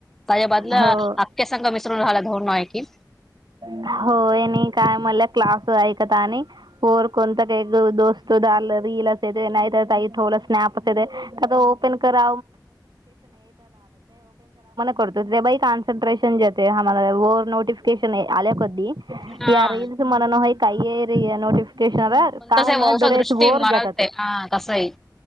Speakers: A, in the centre; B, on the right.
A: त्या बद अ्या
B: हो
A: सा मिसून राला धायल कि
B: होय काय मला क्लास आयकत आणि फर कोत का एक दोस्त दला <unintelligible> <unintelligible> ओपन करा करतो ते बा कन्सन्ट्रेशन जे आम्हाला व नोटिफिकेशन आल्या कधी
A: हा
B: यार इल्स मनन हई कायेयरीय <unintelligible> केशणा काही
A: कोणताच आहे वौसा
B: म डोऱ्याचे
A: दृष्टी
B: बोर
A: मराठे
B: जातात
A: हा कसंही